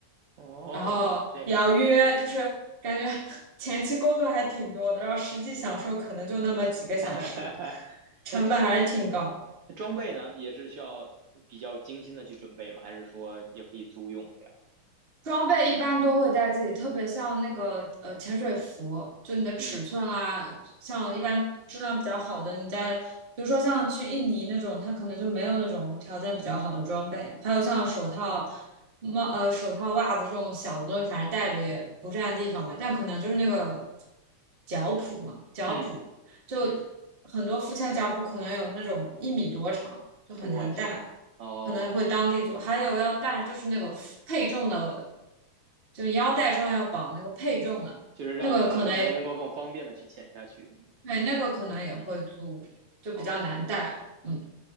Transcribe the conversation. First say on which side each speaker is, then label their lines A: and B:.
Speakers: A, on the right; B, on the right.
A: 哦，
B: 然后也要约，
A: 这样。
B: 就是感觉 <laughs> 前期工作还挺多的，然后实际享受可能就那么几个小时，
A: <laughs>
B: 成本还是挺高。
A: 那装装备呢，也是需要比较精心的去准备吗？还是说也可以租用这样？
B: 装备一般都会带自己，特别像那个呃潜水服，就你的尺寸啊，
A: 嗯
B: 像一般质量比较好的，你在比如说像去印尼那种，它可能就没有那种条件比较好的装备，还有像手套、帽呃手套、袜子这种小的东西，反正带着也不占地方嘛，但可能就是那个脚蹼嘛，脚蹼就
A: 嗯嗯，
B: 很多浮潜脚蹼可能有那种一米多长，就很难带。
A: 我天，哦，
B: 可能会当地做，还有要带就是那个负配重的就腰带上要绑那个配重的，
A: 就是让能让人能够更方便的去潜下去。
B: 那个可能对，那个可能也会租，
A: 嗯，
B: 就比较难带。
A: 哦。
B: 嗯，